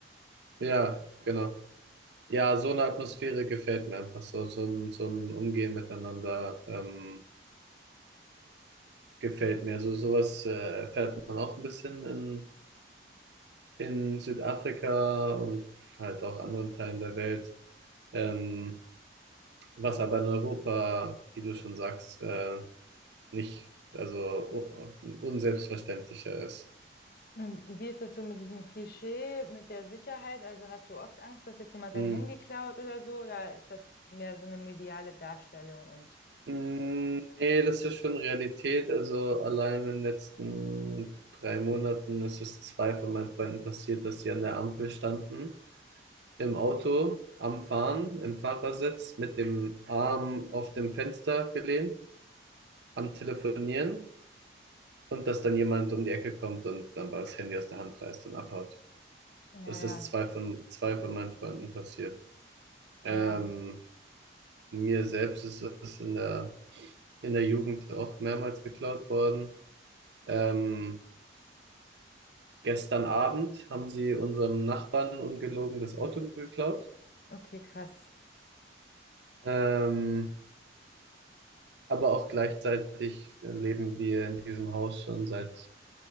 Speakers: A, on the right; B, on the left.
A: ja, genau. Ja, so eine Atmosphäre gefällt mir einfach so, so ein, so ein Umgehen miteinander ähm, gefällt mir. So sowas äh, erfährt man auch ein bisschen in, in Südafrika und halt auch anderen Teilen der Welt. Ähm, Was aber in Europa, wie du schon sagst, äh, nicht, also u- unselbstverständlicher ist.
B: Und wie ist das so mit diesem Klischee, mit der Sicherheit? Also hast du oft Angst, dass jetzt jemand
A: Hm.
B: dein Handy klaut oder so? Oder ist das mehr so eine mediale Darstellung? Und
A: Mm, Nee, das ist schon Realität. Also allein in den letzten drei Monaten ist es zwei von meinen Freunden passiert, dass sie an der Ampel standen, im Auto, am Fahren, im Fahrersitz, mit dem Arm auf dem Fenster gelehnt, am Telefonieren und dass dann jemand um die Ecke kommt und dann war das Handy aus der Hand reißt und abhaut.
B: ja,
A: Das ist zwei von, zwei von meinen Freunden passiert. Ähm,
B: ja, ja,
A: mir selbst ist es in der, in der Jugend auch mehrmals geklaut worden. Ähm, gestern Abend haben sie unserem Nachbarn ungelogen das Auto geklaut.
B: okay, krass.
A: Ähm, aber auch gleichzeitig leben wir in diesem Haus schon seit